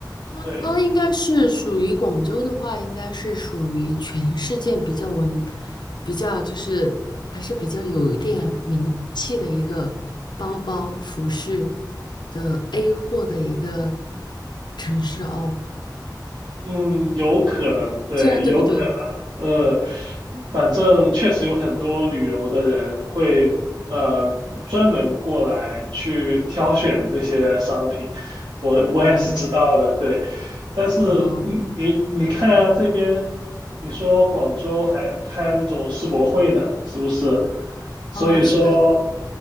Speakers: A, on the left; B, on the right.
A: 它它应该是属于广州的话，
B: 对，
A: 应该是属于全世界比较文，比较就是还是比较有一点名气的一个包包服饰的 A 货的一个城市哦。
B: 嗯，有可能，对，
A: 这样对不对？
B: 有可能，呃，反正确实有很多旅游的人会呃专门过来去挑选这些商品，我我也是知道的，
A: 哦
B: 对。但是，
A: 哦
B: 你你你看啊，这边你说广州还开那种世博会呢，是不是？所以说，
A: 哦，是的，